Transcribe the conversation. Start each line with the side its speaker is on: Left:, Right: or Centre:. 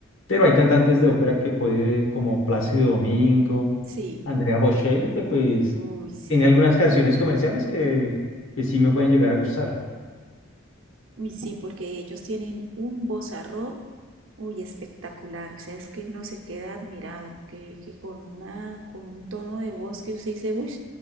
Left: Pero hay cantantes de ópera que puede, como Plácido Domingo,
Right: Sí.
Left: Andrea Bocelli, que pues
Right: Uy, sí.
Left: tiene algunas canciones comerciales que, que sí me pueden llegar a gustar.
Right: Uy, sí, porque ellos tienen un vozarrón. Uy, espectacular. O sea, es que uno se queda admirado, que, que con una, con un tono de voz que usted dice, uy,